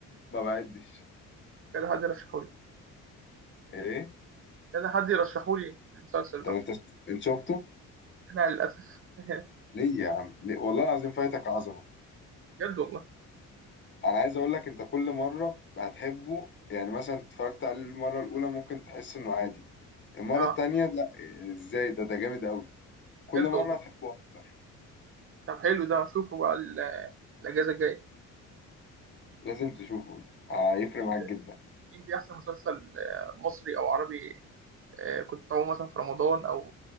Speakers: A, on the left; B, on the right.
A: ما بعدش
B: كذا حد يرشحولي
A: ايه
B: كذا حد يرشحولي المسلسل ده
A: طب انت انت شفته
B: لا للاسف <laughs>
A: ليه يا عم ليه؟ والله العظيم فايتك عظمه
B: بجد والله
A: انا عايز اقول لك انت كل مره هتحبه يعني مثلا اتفرجت عليه المره الاولى ممكن تحس انه عادي المره
B: اه
A: التانية لا ازاي ده ده جامد قوي كل
B: بجد
A: مره
B: والله
A: هتحبه اكتر
B: طب حلو ده اشوفه بقى ال- الاجازه الجايه
A: لازم تشوفه آه، هيفرق
B: ايه
A: معاك
B: ده؟
A: جدا
B: إيه دي احسن مسلسل آه، مصري او عربي آه، كنت أقوم مثلا في رمضان أو